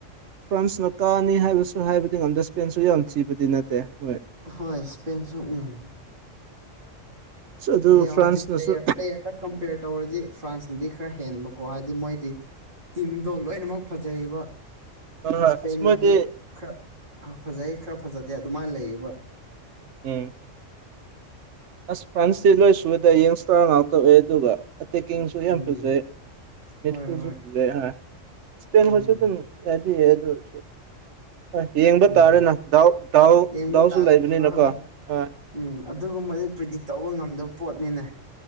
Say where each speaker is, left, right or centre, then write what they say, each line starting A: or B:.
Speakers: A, on the right; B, on the right.
A: ꯐ꯭ꯔꯥꯟꯁꯅ ꯀꯥꯅꯤ ꯍꯥꯏꯕꯁꯨ ꯍꯥꯏꯕꯗꯤ ꯉꯝꯗ ꯁ꯭ꯄꯦꯟꯁꯨ ꯌꯥꯝꯅ ꯊꯤꯕꯗꯤ ꯅꯠꯇꯦ ꯍꯣꯏ
B: ꯍꯣꯏ ꯏꯁꯄꯦꯟꯁꯨ ꯎꯝ
A: ꯑꯗꯨ
B: ꯍꯥꯏꯗꯤ
A: ꯐ꯭ꯔꯥꯟꯁꯅꯁꯨ
B: ꯍꯧꯖꯤꯛ ꯄ꯭ꯂꯦꯔ ꯄ꯭ꯂꯦꯌꯔꯗ ꯀꯝꯄꯦꯌꯔ ꯇꯧꯔꯗꯤ ꯐ꯭ꯔꯥꯟꯁꯅꯗꯤ ꯈꯔ ꯍꯦꯟꯕꯀꯣ ꯍꯥꯏꯗꯤ ꯃꯣꯏꯗꯤ ꯇꯤꯝꯗꯣ ꯂꯣꯏꯅꯃꯛ ꯐꯖꯩꯌꯦꯕ
A: ꯑꯁ
B: ꯏꯁꯄꯦꯟꯅꯗꯤ
A: ꯃꯣꯏꯗꯤ
B: ꯈꯔ ꯐꯖꯩ ꯈꯔ ꯐꯖꯗꯦ ꯑꯗꯨꯃꯥꯏꯅ ꯂꯩꯌꯦꯕ
A: ꯎ ꯑꯁ ꯐ꯭ꯔꯥꯟꯁꯇꯤ ꯂꯣꯏ ꯁꯨꯕꯗ ꯌꯦꯡꯁꯇꯔꯅ ꯑꯥꯎ ꯇꯧꯑꯦ ꯑꯗꯨꯒ ꯑꯇꯦꯛꯀꯤꯡꯁꯨ
B: ꯎꯝ
A: ꯌꯥꯝ ꯐꯖꯩ ꯃꯦꯗꯤꯐꯤꯜꯁꯨ
B: ꯍꯣꯏ ꯍꯣꯏ
A: ꯐꯖꯩ ꯏꯁꯄꯦꯟꯈꯁꯨ
B: ꯎꯝ
A: ꯑꯗꯨꯝ ꯑꯗꯤ ꯑꯦꯗꯁꯨ ꯑ ꯌꯦꯡꯕ
B: ꯎꯝ
A: ꯇꯥꯔꯦꯅ ꯗꯥꯎ ꯗꯥꯎ
B: ꯌꯦꯡꯕ
A: ꯗꯥꯎꯁꯨ
B: ꯇꯥꯔꯦ
A: ꯂꯩꯕꯅꯤꯅꯀꯣ
B: ꯍꯣꯏ ꯍꯣꯏ
A: ꯑ
B: ꯎꯝ ꯑꯗꯨꯒꯨꯝꯕꯗꯤ ꯄ꯭ꯔꯤꯗꯤꯛ ꯇꯧꯕ ꯉꯝꯗꯕ ꯄꯣꯠꯅꯤꯅꯦ